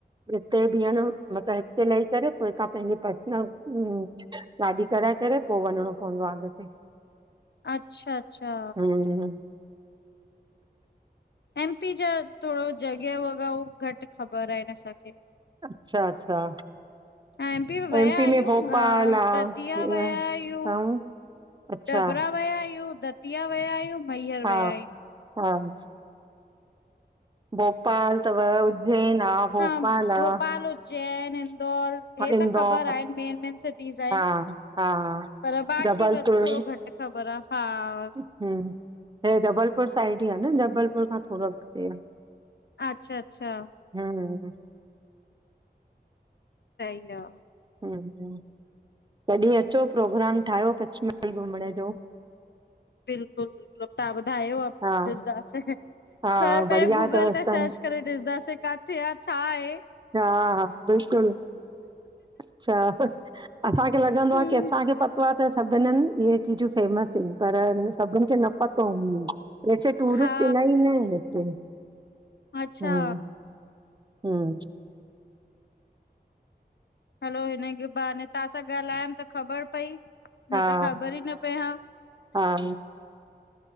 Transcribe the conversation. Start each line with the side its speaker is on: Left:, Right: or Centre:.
Right: हिते बीहण मतलब हिते लही करे पो हितां पेंजी पर्सनलम गाॾी कराए करे पो वञणो पवंदो आह अॻते।
Left: अच्छा अच्छा।
Right: हुं।
Left: एमपी जा थोरो जॻह वॻा हू घट ख़बर एन असांखे।
Right: अच्छा अच्छा।
Left: एम पी वया
Right: एमपी
Left: आयूं,
Right: में भोपाल
Left: अ
Right: आ
Left: दतिया
Right: हीअं
Left: वया आयूं।
Right: ऐं अच्छा
Left: दबरा वया आयूं, दतिया वया आयूं, मैयर
Right: हा
Left: वया आयूं।
Right: हा। भोपाल तव, उज्जैन आ। भोपाल
Left: हा भोपाल,
Right: आ,
Left: उज्जैन,
Right: <unintelligible>
Left: इंदौर हे
Right: इंदौर
Left: त ख़बर आहिनि मेन मेन सिटीज़ आहिनि।
Right: हा। हा।
Left: पर बाक़ी
Right: जबलपुर
Left: वध थोरो घट ख़बर आ, हा।
Right: हूं हे जबलपुर साइड ई आह न, जबलपुर खां थोरो अॻते आ।
Left: अच्छा अच्छा।
Right: हूं हूं।
Left: सई आ।
Right: हूं, कॾहिं अचो, प्रोग्राम ठायो पचमड़ी घुमण जो।
Left: बिल्कुल बिल्कुल, तव्हां ॿुधायो अ
Right: हा
Left: डिसदां से।
Right: हा
Left: <unintelligible>
Right: बढ़िया
Left: गूगल
Right: अथव स्थान
Left: ते सर्च करे ॾिसंदासे काथे आ, छाहे।
Right: हा हा बिल्कुल, अच्छा ह, असांखे लॻंदो
Left: हम्म
Right: आह की असांखे प पतो त सभिनन हंध इहे चीजूं फेमस ईन, पर सभिनि खे न पतो ई। वेसे टूरिस्ट
Left: हा
Right: इलाई इंदा ईन हिते,
Left: अच्छा
Right: हूं। हूं।
Left: हलो हिन ग बहाने तव्हां सां ॻाल्हायम त ख़बर पई।
Right: हा
Left: न त ख़बर ई न पए हां।
Right: हा